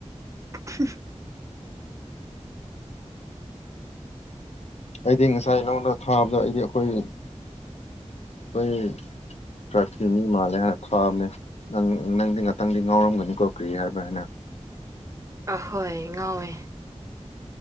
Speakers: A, on the right; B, on the left.
A: <inaudible>
B: ꯑꯩꯗꯤ ꯉꯁꯥꯏ ꯅꯉꯣꯟꯗ ꯊꯥꯕꯗꯣ ꯑꯩꯗꯤ ꯑꯩꯈꯣꯏ ꯈꯣꯏ ꯇ꯭ꯔꯥꯏꯞꯀꯤ ꯃꯤ ꯃꯥꯜ ꯍꯥꯟ ꯊꯥꯕꯅꯦ ꯅꯪ ꯅꯪꯗꯤ ꯉꯥꯛꯇꯪꯗꯤ ꯉꯥꯎꯔꯝꯒꯅꯤꯀꯣ ꯀꯔꯤ ꯍꯥꯏꯕ꯭ꯔꯥ ꯍꯥꯏꯅ
A: ꯑꯍꯣꯏ ꯉꯥꯎꯋꯦ